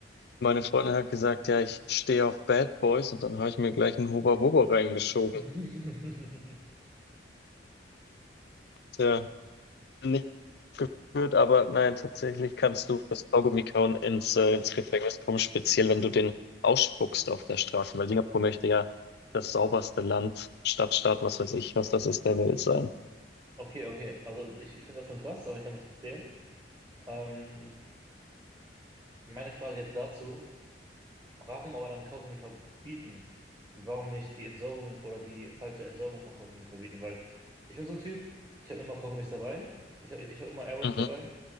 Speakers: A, on the left (about 65°); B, on the right (about 20°).
A: meine Freundin hat gesagt, ja, ich stehe auf Bad Boys und dann habe ich mir gleich einen Hubba Bubba reingeschoben.
B: <laughs>
A: Tja, nicht gut, aber nein, tatsächlich kannst du fürs Kaugummi kauen ins, äh, ins Gefängnis kommen, speziell wenn du den ausspuckst auf der Straße, weil Singapur möchte ja das sauberste Land, Stadtstaat, was weiß ich, was das ist, der Welt sein.
B: Okay, okay. Also ich, ich finde das schon krass, aber ich kann das verstehen. Ähm, meine Frage jetzt dazu. Warum aber dann Kaugummi verbieten? Warum nicht die Entsorgung oder die falsche Entsorgung von Kaugummi verbieten? Weil ich bin so ein Typ, ich habe immer Kaugummis dabei, ich habe ich hab immer Airwaves
A: Mhm.
B: dabei